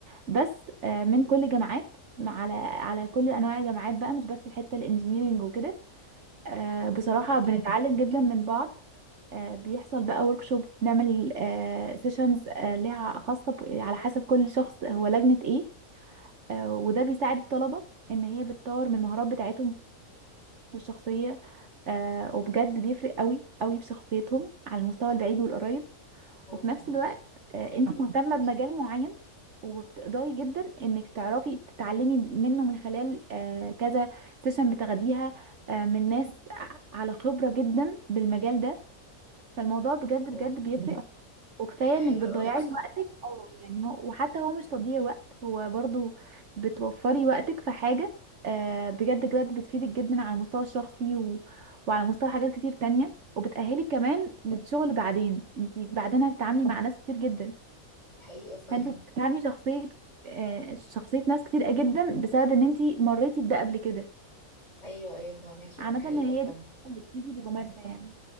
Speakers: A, on the right; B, on the left.
A: بس آه، من كل جامعات على على كل انواع الجامعات بقى مش بس الحتة الانجينيرينج وكده آه،
B: اه
A: بصراحة
B: فاهمك
A: بنتعلم جدا من بعض آه، بيحصل بقى ورك شوب بنعمل سيشنز ليها خاصة ب- على حسب كل شخص هو لجنة ايه آه، وده بيساعد الطلبة ان هي بتطور من المهارات بتاعتهم الشخصية آه، وبجد بيفرق قوي قوي في شخصيتهم على المستوى البعيد والقريب
B: اه
A: وفي
B: فاهمك
A: نفس الوقت آه، انت مهتمة بمجال معين وبتقدري جدا انك تعرفي تتعلمي منه من خلال آه، كذا سيشن بتاخديها آه، من ناس ع- على خبرة جدا بالمجال ده فالموضوع بجد
B: اه
A: بجد
B: فاهمك.
A: بيفرق وكفايه
B: بيبقى
A: انك
B: حلو
A: بتضيعي
B: قوي بصراحة
A: وقت أو يعني هو وحتى هو مش تضييع وقت هو برضو بتوفري وقتك في حاجة آه، بجد بجد بتفيدك جدا على المستوى الشخصي و... وعلى مستوى حاجات كتير تانية وبتأهلك كمان للشغل بعدين انت بعدين هتتعاملي مع ناس كتير جدا
B: حقيقة فعلا
A: فانت بتفهمي شخصيه آه، شخصيه ناس كتير جدا بسبب ان انت مريتي بده قبل كده
B: ايوه ايوه فاهمك دي
A: عامه
B: حقيقة
A: إن هي
B: فعلا
A: دي اللي بتيجي بالممارسه يعني